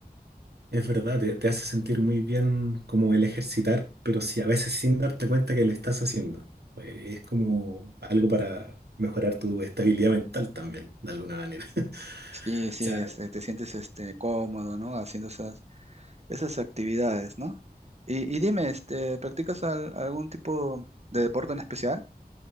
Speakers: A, on the right (about 80°); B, on the right (about 40°).
A: Es verdad, te, te hace sentir muy bien como el ejercitar, pero sí a veces sin darte cuenta que lo estás haciendo. Eh, Es como algo para mejorar tu estabilidad mental también, de alguna manera. <laughs>
B: Sí, sí,
A: O sea,
B: este, te sientes este, cómodo, ¿no? Haciendo esas, esas actividades, ¿no? Y, y dime, este, ¿practicas al- algún tipo de deporte en especial?